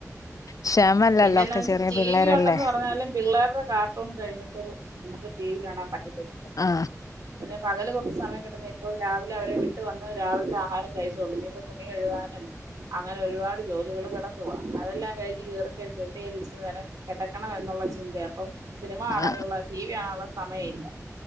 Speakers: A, on the left; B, on the right.
A: ക്ഷമ ഇല്ലല്ലോ
B: പിന്നെ എന്നാ
A: ഒക്കെ
B: വെച്ച
A: ചെറിയ
B: ടി
A: പിള്ളേർ
B: വി ഉണ്ടെന്ന്
A: അല്ലെ
B: പറഞ്ഞാലും പിള്ളേരുടെ കാർട്ടൂൺ കഴിഞ്ഞിട്ട് നമ്മക്ക് ടി വി കാണാൻ പറ്റത്തില്ല
A: ആ
B: പിന്നെ പകല് കുറച്ച് സമയം കിട്ടുമ്പോൾ രാവിലെ അവരെ വിട്ട് വന്നിട്ട് രാവിലത്ത ആഹാ ഹാരം കഴിച്ചു തുടങ്ങിയപ്പോൾ തുണി കഴുകാനും അ അങ്ങനെ ഒരുപാട് ജോലികൾ കിടക്കുവാ അതെല്ലാം കഴിഞ്ഞു കയറിക്കഴിയുമ്പോൾ എവിടേലും - അങ്ങനെ കിടക്കണം എന്നുള്ള ചിന്തയാ അപ്പൊ സിനിമ കാണാൻ
A: ആ
B: ഉള്ള ടി വി കാണാൻ ഉള്ള സമയമില്ല